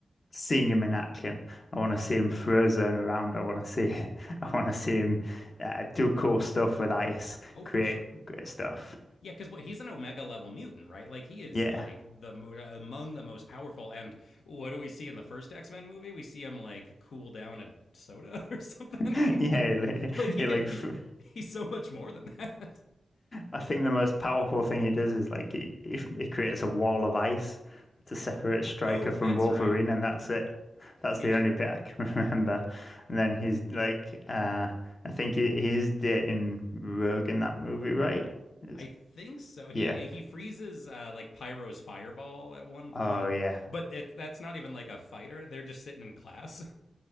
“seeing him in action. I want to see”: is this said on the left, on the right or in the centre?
Left